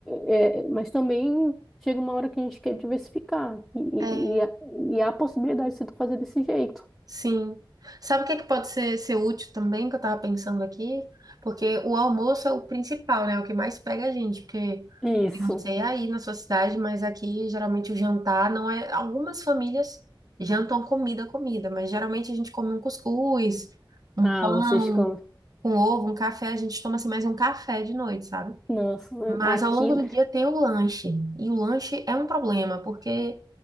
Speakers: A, in the centre; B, on the right (about 45°).
A: é, mas também chega uma hora que a gente quer diversificar, e,
B: É,
A: e, e há e há a possibilidade de tu fazer desse jeito.
B: sim. Sabe o que é que pode ser, ser útil também, que eu tava pensando aqui? Porque o almoço é o principal, né? É O que mais pega a gente, porque
A: Isso.
B: eu não sei aí na sua cidade, mas aqui geralmente o jantar não é. Algumas famílias jantam comida, comida, mas geralmente a gente come um cuscuz, um
A: Ah,
B: pão,
A: vocês comem.
B: com ovo, um café, a gente toma assim mais um café de noite, sabe?
A: Nossa,
B: Mas
A: aqui,
B: ao longo do dia tem o lanche. E o lanche é um problema, porque,